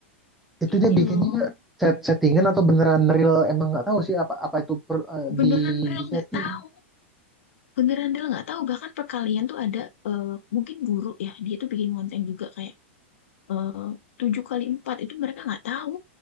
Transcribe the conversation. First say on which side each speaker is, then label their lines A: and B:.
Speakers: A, in the centre; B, on the left.
A: Itu
B: ini
A: dia bikinnya
B: loh.
A: set settingan atau beneran real emang nggak tahu sih apa apa itu per- eh,
B: Beneran
A: di
B: real
A: di setting
B: nggak tahu. Beneran real nggak tahu. Bahkan perkalian tuh ada, eh, mungkin guru ya, dia tuh bikin konten juga kayak, eh tujuh kali empat itu mereka nggak tahu.